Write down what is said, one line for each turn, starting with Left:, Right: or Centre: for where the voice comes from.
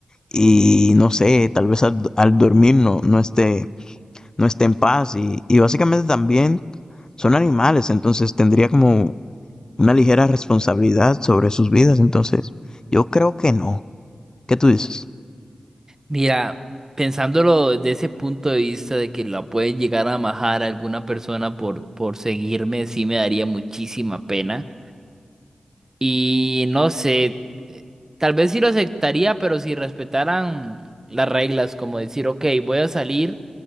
Left: y no sé, tal vez al, al dormir no, no esté, no esté en paz y, y básicamente también son animales, entonces tendría como una ligera responsabilidad sobre sus vidas, entonces yo creo que no. ¿Qué tú dices?
Right: Mira, pensándolo desde ese punto de vista de que la puede llegar a majar a alguna persona por, por seguirme, sí me daría muchísima pena. Y no sé, eh, tal vez sí lo aceptaría, pero si respetaran las reglas, como decir, ok, voy a salir,